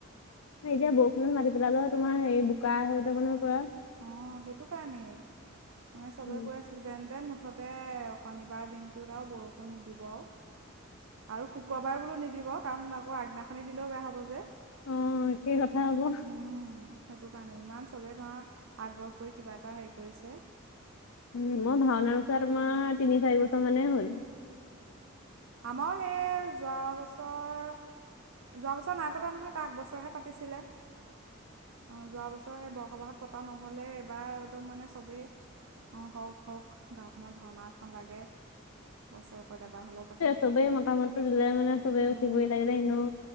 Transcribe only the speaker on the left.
এতিয়া বৰষুণত মাতি পেলা তোমাৰ হেৰি বোকা হয ভ যাব নহয়। পুৰা।
উম,
অ একেই কথা হ'ব।
উম, মই ভাওনা নোচোৱা তোমাৰ তিনি চাৰি বছৰ মানে হ'ল৷
চবেইে মতামত ল'লে মানে চবেই
উঠিপৰি লাগিলে এনেও